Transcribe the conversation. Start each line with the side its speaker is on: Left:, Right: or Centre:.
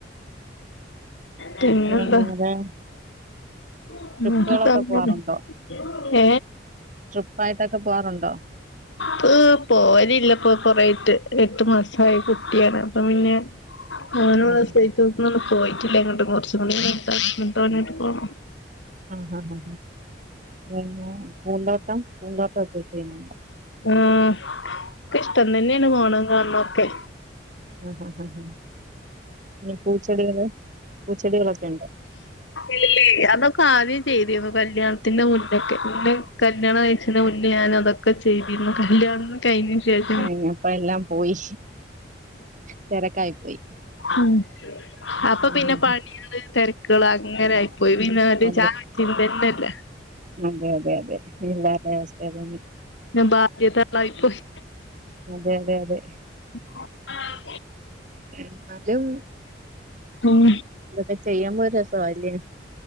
Left: പിന്നെന്താ
Right: പിന്നെ <unintelligible>
Left: <unintelligible>
Right: ട്രിപ്പുകളൊക്കെ പോവാറുണ്ടോ
Left: ഏ
Right: ട്രിപ്പായിട്ടൊക്കെ പോവാറുണ്ടോ
Left: ട്രിപ്പ്‌ പോവലില്ല ഇപ്പൊ കൊറേയിട്ട് എട്ട് മാസായ കുട്ടിയാണ് അപ്പൊ പിന്നെ അങ്ങനെ
Right: ആഹ്
Left: ഉള്ള <unintelligible> ഒന്നും പോയിട്ടില്ല എങ്ങോട്ടും കൊർച്ചും കൂടി കഴിഞ്ഞിട്ട് ന്നട്ട് ഓനെറ്റ് പോണം
Right: ആ ആ ആ ആ പിന്നെ പൂന്തോട്ടം പൂന്തോട്ടം ഒക്കെ ചെയ്യണ
Left: ഉം ഇക്ക് ഇഷ്ടം തന്നെണ് പോണതും കാൺണോക്കെ
Right: ആ ഹാ ഹാ ഹാ പിന്നെ പൂച്ചെടികള് പൂച്ചെടികളൊക്കെ ഇണ്ടോ
Left: ഇല്ലേയ് അതൊക്കെ ആദ്യം ചെയ്തിരുന്നു കല്യാൺത്തിന്റെ മുന്നെക്കെ ഇന്നെ കല്യാണം കഴിച്ണ മുന്നേ ഞാൻ അതൊ ക്കെ ചെയ്തിര്ന്നു കല്യാണ കയിഞ്ഞ ശേഷ്
Right: ഏ ഞാപ്പ എല്ലാം പോയി തെരക്കായി പോയി
Left: ഉം അപ്പൊ
Right: ഉം ഉം
Left: പിന്നെ
Right: ഉം.
Left: പണികള് തെരക്കൾ അങ്ങനായി- പോയി പിന്ന <unintelligible> <unintelligible>
Right: അതെ
Left: ചാ ചിന്തന്നല്ലേ
Right: അതെ അതെ അതെ എല്ലാർടെ അവസ്ഥ അതനി
Left: പിന്നെ ബാധ്യതകളായിപ്പോയി
Right: അതെ അതെ അതെ.
Left: <unintelligible>
Right: എന്നാലും.
Left: ഉം
Right: ഇതൊക്കെ ചെയ്യമ്പോരു രസാവല്ലേ.